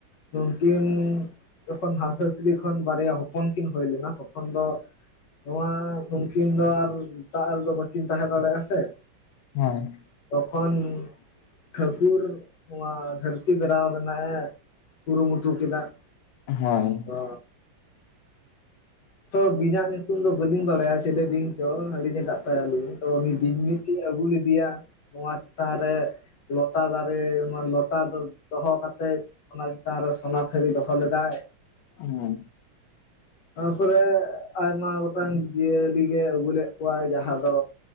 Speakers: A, on the left; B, on the left.
A: ᱱᱩᱱᱠᱤᱱ ᱡᱚᱠᱦᱚᱱ ᱦᱟᱸᱥ ᱦᱟᱸᱥᱞᱤ ᱠᱷᱚᱱ ᱵᱟᱨᱭᱟ ᱦᱚᱯᱚᱱ ᱠᱤᱱ ᱦᱩᱭᱞᱮᱱᱟ ᱛᱚᱠᱷᱚᱱ ᱫᱚ ᱱᱚᱣᱟ ᱩᱱᱠᱤᱱ ᱫᱚ ᱟᱨ ᱫᱟᱜ ᱨᱮᱫᱚ ᱵᱟᱹᱠᱤᱱ ᱛᱟᱦᱮᱸ ᱫᱟᱲᱮᱭᱟᱜᱼᱟ ᱥᱮ
B: ᱦᱮᱸ ᱾
A: ᱛᱚᱠᱷᱚᱱ ᱴᱷᱟᱹᱠᱩᱨ ᱱᱚᱣᱟ ᱫᱷᱟᱹᱨᱛᱤ ᱵᱮᱱᱟᱣ ᱨᱮᱱᱟᱜ ᱮ ᱠᱩᱨᱩᱢᱩᱴᱩ ᱠᱮᱫᱟ ᱾
B: ᱦᱳᱭ
A: ᱚ ᱛᱚ ᱵᱤᱱᱟ ᱧᱩᱛᱩᱢ ᱫᱚ ᱵᱟᱹᱞᱤᱧ ᱵᱟᱲᱟᱭᱟ ᱪᱮᱞᱮ ᱵᱤᱧ ᱪᱚ ᱦᱤᱲᱤᱧ ᱟᱠᱟᱫ ᱛᱟᱭᱟᱞᱤᱧ ᱛᱚ ᱩᱱᱤ ᱵᱤᱧ ᱟᱹᱜᱩ ᱞᱮᱫᱮᱭᱟ ᱱᱚᱣᱟ ᱪᱮᱛᱟᱱ ᱨᱮ <unintelligible> ᱞᱚᱴᱟ ᱫᱟᱨᱮ ᱞᱚᱴᱟ ᱫᱚᱦᱚ ᱠᱟᱛᱮᱫ ᱚᱱᱟ ᱪᱮᱛᱟᱱ ᱨᱮ ᱥᱚᱱᱟ ᱛᱷᱟᱹᱨᱤ ᱫᱚᱦᱚ ᱞᱮᱫᱟᱭ
B: <inaudible>
A: ᱱᱚᱣᱟ ᱯᱚᱨᱮ ᱟᱭᱢᱟ ᱜᱚᱴᱟᱝ ᱡᱤᱭᱟᱹᱞᱤ ᱜᱮ ᱟᱜᱩ ᱞᱮᱫ ᱠᱚᱣᱟᱭ ᱡᱟᱦᱟᱸ ᱫᱚ